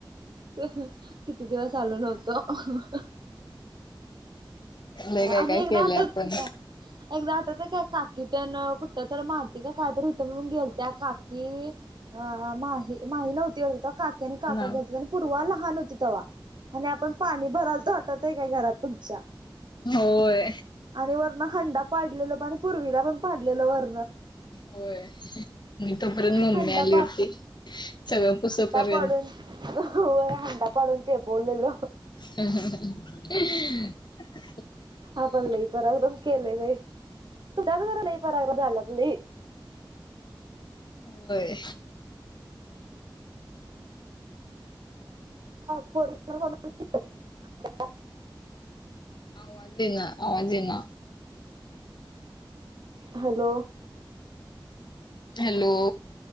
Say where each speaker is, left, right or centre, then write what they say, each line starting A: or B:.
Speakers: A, on the right; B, on the left.
A: किती दिवस आलो नव्हतो.
B: काय
A: आणि
B: काय
A: एकदा
B: केलंय
A: आठवतय
B: आपण
A: काय एकदा आठवत काय काकी त्यन कुठ तर माती का कायतरी होथं म्हणून गेलत्या काकी अ मा माही नव्हती वाटतं आणि काका
B: ना
A: घेत हो आणि पूर्वा लहान होती तेव्हा आणि आपण पाणी भरलतो आठवत काय घरात तुमच्या
B: होय
A: आणि वरण हांड पाडलेलं प पूर्वीला पण पाडलेलं वर
B: होय म तोपर्यंत मम्मी
A: हंडा
B: आली होती सगळं पुसुपर्यंत
A: पडून व्हय हंडा पाडून चेपवल्यालो.
B: ह हहा
A: आपण लई पराक्रम केलाय बाई तूमच्याच घरात लई पराक्रम झाल्यात लई.
B: होय
A: फोर वहीलर <inaudible>
B: आवाज येईना, आवाज येईना.
A: हॅलो.
B: हॅलो.